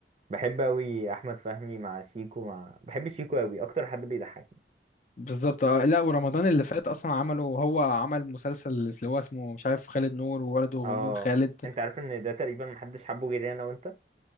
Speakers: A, on the right; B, on the left.
A: بحب اوي احمد فهمي مع شيكو مع بحب شيكو اوي اكتر حد بيضحك
B: بالظبط آه، لا ورمضان اللي فات اصلا عمله هو عمل مسلسل اللي هو اسمه مش عارف خالد نور وولده
A: اه
B: نور خالد
A: انت عارف ان ده تقريبا محدش حبه غيري انا وانت <laughs>